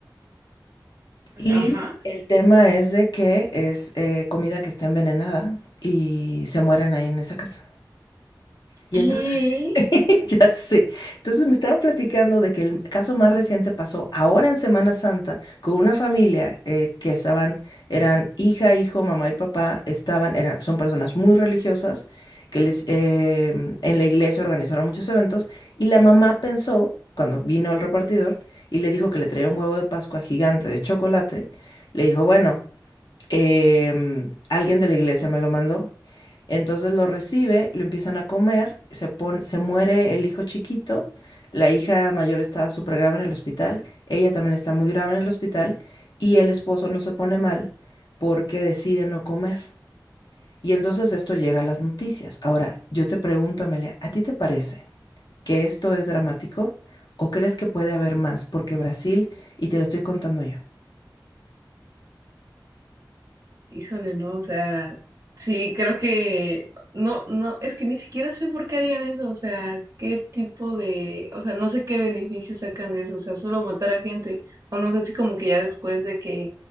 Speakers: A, on the left; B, on the right.
A: Y
B: ajá.
A: el tema es de que es eh, comida que está envenenada y se mueren ahí en esa casa. Y
B: ¿Qué?
A: entonces, <laughs> ya sé, entonces me estaban platicando de que el caso más reciente pasó ahora en Semana Santa con una familia eh, que estaban, eran hija, hijo, mamá y papá, estaban, eran, son personas muy religiosas que les, eh, en la iglesia organizaron muchos eventos y la mamá pensó, cuando vino el repartidor y le dijo que le traía un huevo de Pascua gigante de chocolate, le dijo, bueno em, alguien de la iglesia me lo mandó. Entonces lo recibe, lo empiezan a comer, se pon- se muere el hijo chiquito, la hija mayor está súper grave en el hospital, ella también está muy grave en el hospital y el esposo no se pone mal porque decide no comer. Y entonces esto llega a las noticias. Ahora, yo te pregunto, Amelia, ¿a ti te parece que esto es dramático o crees que puede haber más? Porque Brasil, y te lo estoy contando yo.
B: Híjole, no, o sea, sí, creo que no, no, es que ni siquiera sé por qué harían eso, o sea, qué tipo de, o sea, no sé qué beneficios sacan de eso, o sea, solo matar a gente, o no sé si como que ya después de que